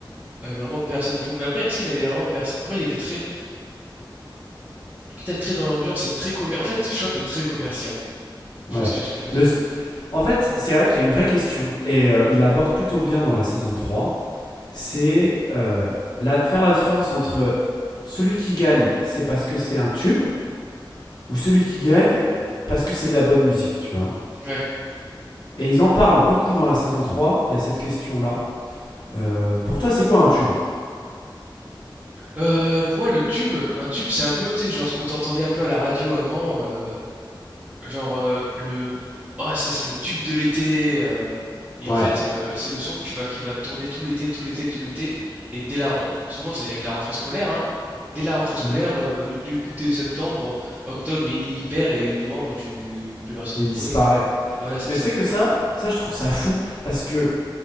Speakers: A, on the right; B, on the left.
A: avait vraiment percé de fou. Mais après, est-ce qu'il avait vraiment percé? Après, il était très, peut-être très dans l'ambiance et très commercial. En fait, Shop est très commercial. Je
B: Ouais.
A: sais pas si tu vois ce que je veux dire.
B: Le, en fait, c'est vrai qu'il y a une vraie question et euh, il l'aborde plutôt bien dans la saison 3. c'est euh, la- faire la différence entre celui qui gagne, c'est parce que c'est un tube, ou celui qui gagne parce que c'est de la bonne musique, tu vois.
A: Ouais.
B: Et ils en parlent beaucoup dans la saison trois il y a cette question-là. Euh, pour toi, c'est quoi un tube
A: Heu, pour moi le tube, un tube, c'est un peu, tu sais, genre ce que t'entendais un peu à la radio avant, heu, genre, heu, le: «Ah ça c'est le tube de l'été», heu et
B: Ouais.
A: en fait, heu, c'est le son que tu vas qui va tourner tout l'été, tout l'été, tout l'été et dès la ren souvent c'est avec la rentrée scolaire, hein. Dès la rentrée scolaire,
B: Hmm.
A: heu, il est écouté septembre, octobre il il perd et novembre tu plus personne
B: Il
A: ne le
B: disparaît.
A: connaît, quoi. Voilà, c'est
B: Mais
A: ça.
B: tu sais que ça, ça je trouve ça fou, parce que